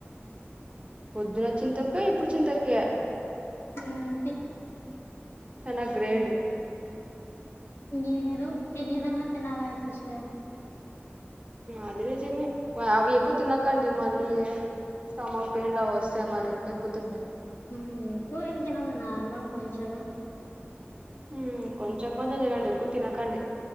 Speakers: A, on the right; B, on the left.
A: పొద్దున్న చింత తొక్కు ఇప్పుడు చింత తొక్కే
B: ఆ అంతే
A: చానా గ్రేడ్
B: ఇంగేదో తినేదన్నా తినాలగా సిస్టర్
A: అది నిజమే అవి ఎక్కువ తినకండి మళ్ళీ స్టమక్ పెయిన్ లా వస్తాయి మరి ఎక్కువ తింటే
B: ఊ ఎప్పుడు ఏం తినం నార్మల్ కొంచెమే
A: ఊ కొంచెం కొంచెం తినండి ఎక్కువ తినకండి